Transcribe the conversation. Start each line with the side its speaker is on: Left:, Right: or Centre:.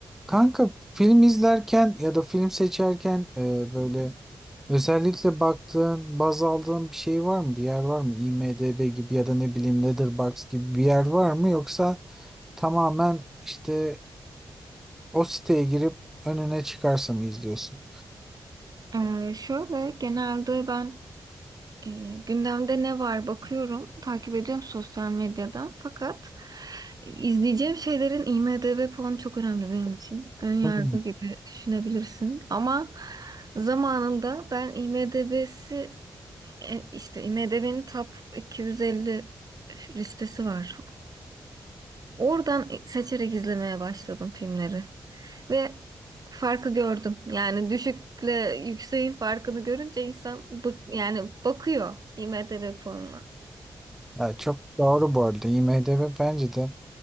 Centre: Kanka film izlerken ya da film seçerken e, böyle özellikle baktığın, baz aldığın bir şey var mı? Bir yer var mı? IMDb gibi ya da ne bileyim Letterboxd gibi bir yer var mı? Yoksa tamamen işte o siteye girip önüne çıkarsa mı izliyorsun?
Right: Ee, şöyle genelde ben e, gündemde ne var bakıyorum, takip ediyorum sosyal medyadan. Fakat izleyeceğim şeylerin IMDb puanı çok önemli benim için. Ön yargı
Centre: <laughs>
Right: gibi düşünebilirsin. Ama zamanında ben IMDb'si e, işte IMDb'nin Top 250 listesi var. Oradan seçerek izlemeye başladım filmleri. Ve farkı gördüm. Yani düşükle yükseğin farkını görünce insan bık, yani bakıyor IMDb puanına.
Centre: Ya çok doğru bu arada. IMDb bence de